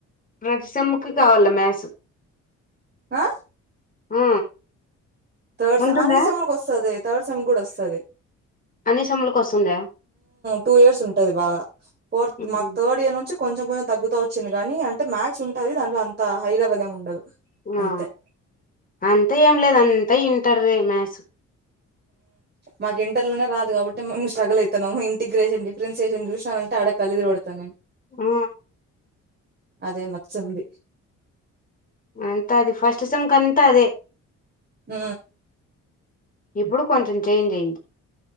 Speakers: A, on the left; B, on the right.
A: ప్రతిసమ్ముకి కావాల మ్యాస్
B: ఆ
A: ఆ
B: తస్
A: ఉంటుందా
B: అన్ని స మ కస్త తవర్సం కూడా వస్తుంది
A: అన్ని సెమ్ములకు వస్తుందా
B: టూ ఇయర్స్ ఉంటది బాగా ఫోర్త్
A: ఉమ్,
B: మాకు థర్డ్ ఇయర్ నుంచి కొంచం కొంచెం తగ్గుత వచ్చింది కానీ అంటే మాథ్స్ ఉంటుది దాంట్ అంత హై లెవెల్ ఏ ఉండదు
A: ఆ
B: అంతే
A: అ అంతే ఏం లేదు అంతా ఇంటారు మ్యాథ్స్
B: మాకు ఇంటర్లోనే రాదు కాబట్టి మేము స్ట్రగుల్ అవుతున్నాము ఇంటిగ్రేషన్ డిఫరెన్షయషన్ చూసాన అంటే అడగ కలిది పడతా నేను
A: ఆ
B: అదే నచ్చంది
A: అంత అది ఫస్ట్ సంమ్ కంత అదే
B: హ
A: ఇప్పుడు కొంచెం చేంజ్ అయింది